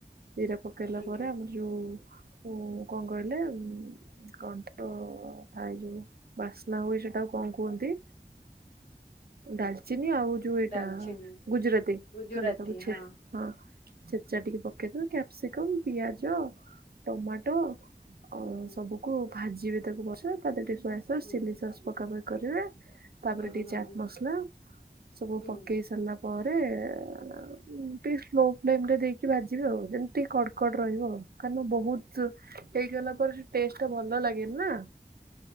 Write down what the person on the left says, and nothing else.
ଆଜ୍ଞା
ଡାଲଚିନି
ଗୁଜୁରାତି
ହଁ
ହୁଁ ହୁଁ
ହୁଁ
ହୁଁ
ହୁଁ
ହୁଁ
ହୁଁ
ହୁଁ